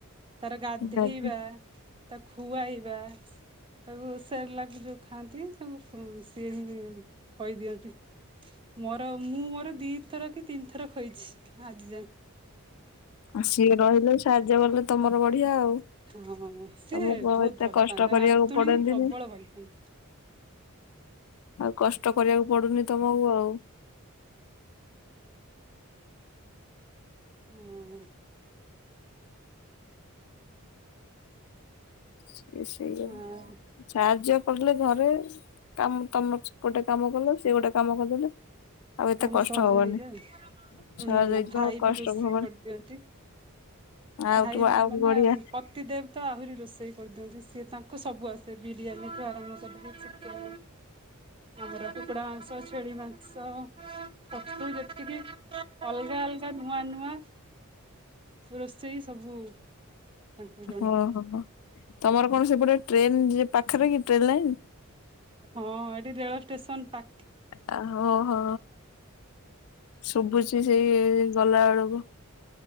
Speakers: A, on the right; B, on the left.
A: ତାର ଗାଧେଇବା।
B: ଠିକ ଅଛି।
A: ତାକୁ ଖୁଆଇବା ତାକୁ ସୋରଲାଗ ଯଉ ଖାଆନ୍ତି ତା ସିଏ ହ କହିଦିଅନ୍ତି ମୋର ମୁଁ ମ ଆର ଦି ଥର କି ତିନି ଥର ଖଇଛି ଆଜି ଯାଏ।
B: ଆଉ ସିଏ ରହିଲେ ସାହାଯ୍ୟ କଲେ ତମର ବଢିଆ ଆଉ।
A: ହଁ ସିଏ
B: ତମକୁ ଆଉ
A: ବହୁତ
B: ଏତେ
A: ଭଲ
B: କଷ୍ଟ
A: ପାାଆନ୍ତା
B: କରିବାକୁ
A: ନାତୁଣୀ
B: ପଡନ୍ତିନି
A: କି ପ୍ରବଳ ଭଲ ପାଆ
B: ଆଉ କଷ୍ଟ କରିବାକୁ ପଡୁନି ତମକୁ ଆଉ
A: ହଁ।
B: ସେ ସେଇ
A: ହଁ
B: <unintelligible> ସାହାଯ୍ୟ <unintelligible> ଘରେ କାମ ତମ ସେପଟେ କାମ କଲେ, ସିଏ ଗୋଟେ କାମ କରିଦେଲେ ଆଉ ଏତେ
A: କାମ
B: କଷ୍ଟ
A: ସହଜ
B: ହବନି
A: ହେଇଯାଏ। ହୁଁ,
B: ସହଜ ହେଇଯିବ
A: ଭାଇ
B: ଆଉ କଷ୍ଟ
A: ବି ରୋଷେଇ
B: ହବନି
A: କରିଦିଅନ୍ତି।
B: ଆଉ
A: ଭାଇ
B: ତୁ ଆହୁରି
A: ମାନେ
B: ବଢିଆ
A: ଆମ୍ ପତି ଦେବ୍ ତ ଆହୁରି ରୋଷେଇ କରିଦିଅନ୍ତି। ସିଏ ତାଙ୍କୁ ସବୁ ଆସେ ବିରିୟାନୀ ଠୁ ଆରମ୍ଭ କରିିକି। <inaudible> ଆମର କୁକୁଡ଼ା ମାଂସ ଛେଳି ମାଂସ <unintelligible> ଯେତିକି ଅଲଗା ଅଲଗା ନୂଆ ନୂଆ ରୋଷେଇ ସବୁ ତାଙ୍କୁ ଜଣା।
B: ଓହୋ ତମର କଣ ସେପଟେ ଟ୍ରେନ, <unintelligible> ପାଖରେ କି ଟ୍ରେନ୍ ଲାଇନ୍?
A: ହଁ, ଏଠି ରେଳ ଷ୍ଟେସନ ପା
B: ହଁ ହଁ ଶୁଭୁଛି। <unintelligible> ଗଲା ବେଳକୁ